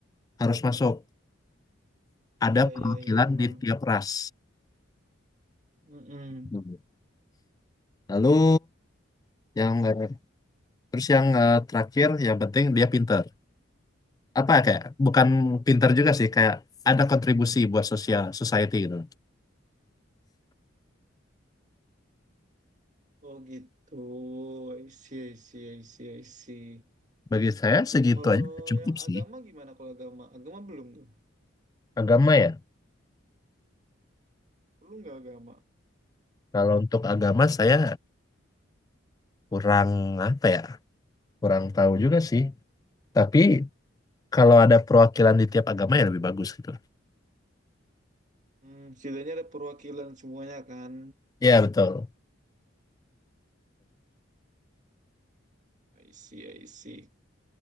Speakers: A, on the left; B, on the right.
A: harus masuk. Ada
B: iya
A: perwakilan
B: iya iya paham
A: di tiap ras.
B: Mm-mm.
A: Hmm. Lalu yang eh, terus yang eh, terakhir yang penting dia pinter. Apa ya, kayak bukan pinter juga sih kayak ada kontribusi buat sosial society gitu.
B: oh gitu I see I see I see I see.
A: Bagi saya segitu
B: kalau
A: aja udah cukup
B: yang
A: sih.
B: agama gimana kalau agama agama belum tuh
A: Agama ya.
B: perlu nggak agama
A: Kalau untuk agama saya kurang apa ya? Kurang tahu juga sih. Tapi kalau ada perwakilan di tiap agama ya lebih bagus gitu.
B: hmm setidaknya ada perwakilan semuanya kan
A: Iya betul.
B: I see I see